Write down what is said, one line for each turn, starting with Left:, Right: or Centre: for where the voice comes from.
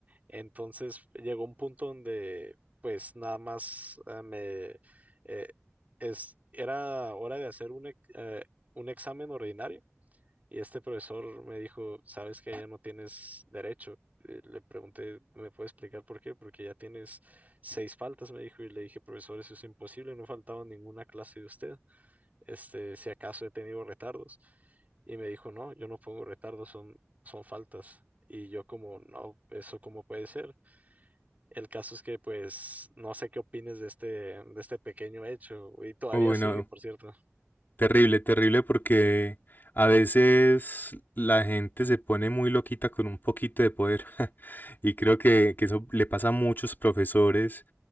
Right: Entonces llegó un punto donde pues nada más ah, me... eh, es, era hora de hacer un, ex- eh, un examen ordinario. Y este profesor me dijo, ¿sabes que ya no tienes derecho? Eh, Le pregunté, ¿me puede explicar por qué? Porque ya tienes seis faltas, me dijo, y le dije, profesor, eso es imposible, no he faltado a ninguna clase de usted, este, si acaso he tenido retardos. Y me dijo, no, yo no pongo retardos, son, son faltas. Y yo como, no, eso cómo puede ser. El caso es que pues no sé qué opines de este, de este pequeño hecho, y todavía
Left: Uy,
Right: sigue,
Left: no.
Right: por cierto.
Left: Terrible, terrible porque a veces la gente se pone muy loquita con un poquito de poder <laughs> y creo que, que eso le pasa a muchos profesores